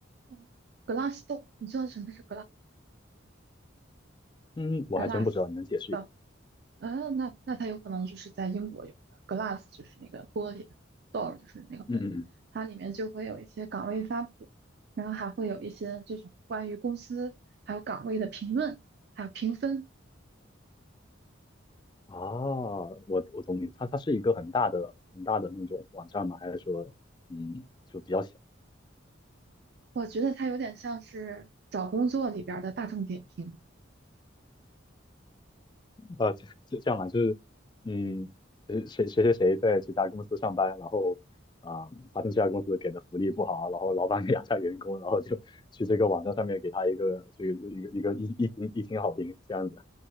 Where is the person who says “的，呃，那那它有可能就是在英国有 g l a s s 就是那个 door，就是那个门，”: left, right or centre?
Right